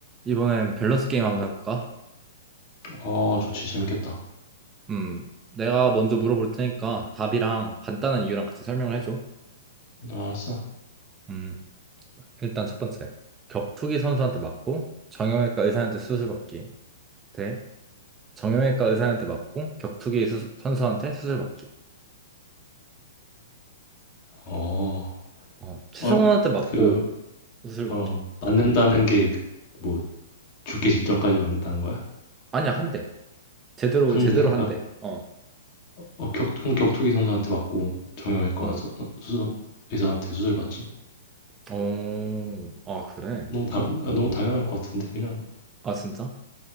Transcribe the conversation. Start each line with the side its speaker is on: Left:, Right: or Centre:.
Right: 이번엔 밸런스 게임 한번 해볼까?
Left: 어, 좋지, 재밌겠다.
Right: 음, 내가 먼저 물어볼 테니까 답이랑 간단한 이유랑 같이 설명을 해줘.
Left: 어, 알았어.
Right: 음, 일단 첫 번째. 격투기 선수한테 맞고 정형외과 의사한테 수술받기. 대 정형외과 의사한테 맞고 격투기 수- 선수한테 수술받기.
Left: 어,
Right: 어, 최성원한테
Left: 어,
Right: 맞고
Left: 그,
Right: 수술받기.
Left: 어, 맞는다는 게, 뭐, 죽기 직전까지 맞는다는 거야?
Right: 아니야, 한 대. 제대로,
Left: 한대?
Right: 제대로 한
Left: 아,
Right: 대. 어,
Left: 어, 격, 그럼 격투기 선수한테 맞고, 정형외과
Right: 어,
Left: 서, 어, 수술, 의사한테 수술 받지?
Right: 어, 아, 그래?
Left: 너무 당, 아, 너무 당연할 것 같은데, 그냥,
Right: 아, 진짜?